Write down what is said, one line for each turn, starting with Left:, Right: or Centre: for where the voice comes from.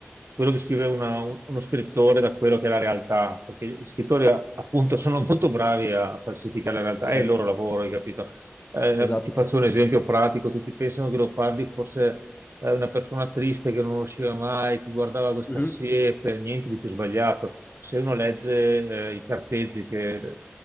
Right: quello che scrive una- un- uno scrittore da quello che è la realtà, perché gli scrittori appunto sono molto bravi a falsificare la realtà,
Left: Eh, Certo,
Right: è il loro lavoro, hai capito? Eh,
Left: esatto.
Right: ti faccio un esempio pratico, tutti pensano che lo parli forse eh, una persona triste che non usciva mai, che guardava questa
Left: Mhm,
Right: siepe, niente di più sbagliato. Se uno legge eh, i carteggi che